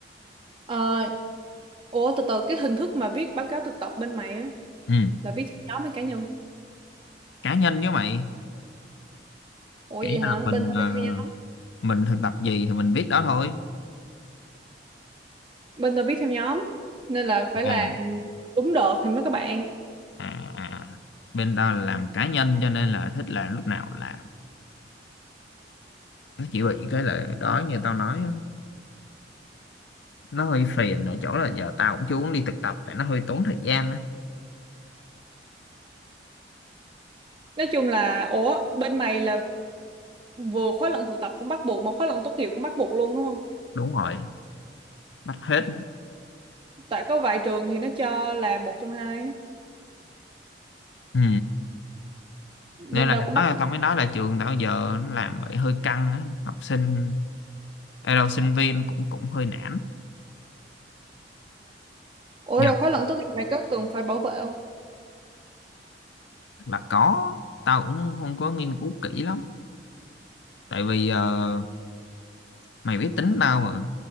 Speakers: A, on the right; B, on the left.
A: Ờ, ủa từ từ cái hình thức mà viết báo cáo thực tập bên mày á,
B: ừ.
A: là viết theo nhóm hay cá nhân?
B: cá nhân với mày
A: Ủa
B: kiểu
A: gì
B: như
A: hả?
B: là mình
A: Bên tao
B: ờ,
A: viết theo nhóm.
B: mình thực tập gì thì mình viết đó thôi
A: bên tôi biết theo nhóm nên là phải
B: à,
A: làm đúng đợt thì mới có bạn
B: à, à. bên tao là làm cá nhân cho nên là thích là lúc nào là nó chỉ bị cái là đó như tao nói á, nó hơi phiền ở chỗ là giờ tao cũng chưa muốn đi thực tập tại nó hơi tốn thời gian á
A: nói chung là ủa bên mày là vừa khóa luận thực tập cũng bắt buộc mà khóa luận tốt nghiệp cũng bắt buộc luôn đúng không
B: đúng rồi bắt hết
A: tại có vài trường thì nó cho là một trong hai á.
B: ừ
A: bên
B: nên là
A: tao cũng
B: đó,
A: bắt hết
B: tao mới nói là trường tao giờ nó làm vậy hơi căng á học sinh ê đâu sinh viên cũng cũng hơi nản
A: ủa
B: nhưng
A: rồi khóa luận tốt nghiệp mày có cần phải bảo vệ không
B: là có tao cũng không có nghiên cứu kỹ lắm tại vì ờ, mày biết tính tao mà